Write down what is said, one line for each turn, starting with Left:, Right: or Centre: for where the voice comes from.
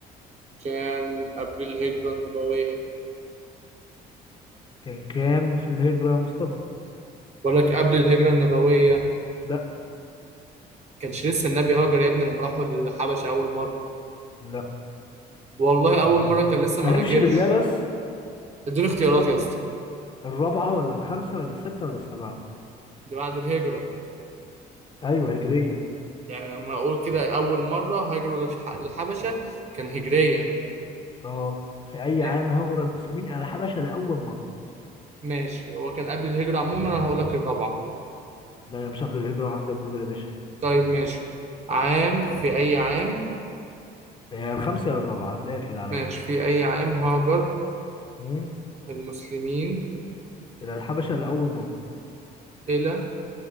Right: كان قبل الهجرة النبوية
Left: كان كام في الهجره يا مصطفى
Right: بقول لك قبل الهجرة النبوية
Left: لا
Right: كانش لسه النبي هاجر يا ابني لما راحوا للحبشة أول مرة
Left: لا
Right: والله أول
Left: كان غلط
Right: مرة كان لسه
Left: معرفش
Right: ما هاجرش
Left: بالله بس
Right: اديني اختيارات
Left: اول
Right: يا اسطى
Left: الرابعه ولا الخامسه ولا السته ولا السبعه
Right: دي بعد الهجرة
Left: ايوه هجريا
Right: يعني لما اقول كده اول مره هاجروا للش- للحبشه كان هجريا
Left: اه في اي
Right: آه،
Left: عام هاجر المسلمين الى الحبشه لاول مره
Right: ماشي هو كان قبل الهجره عموما انا هقول لك الرابعه
Left: ده يا مش قبل الهجره وعندك جوجل يا باشا
Right: طيب ماشي عام في اي عام
Left: يا الخامسه يا الرابعه هتلاقيها كده على
Right: ماشي
Left: جوجل
Right: في اي عام هاجر
Left: مم.
Right: المسلمين
Left: إلى الحبشة لأول مرة
Right: الى